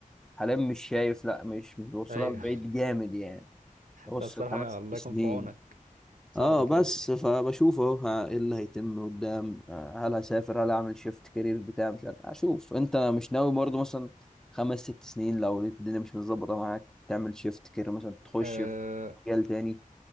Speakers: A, in the centre; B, on the right.
A: حاليا مش شايف لا مش مش بوصلها
B: ايوه
A: لبعيد جامد يعني بوصل
B: لا الصراحة
A: خمس ست
B: الله
A: سنين
B: يكون في عونك صعبة
A: اه بس
B: دلوقتي
A: فبشوف اهو ها- ايه اللي هيتم قدام آه، هل هسافر هل اعمل شيفت كارير بتاع مش عارف اشوف انت مش ناوي برضه مثلا خمس ست سنين لو لقيت الدنيا مش متظبطه معاك تعمل شيفت كارير مثلا تخش
B: أه
A: في مجال تاني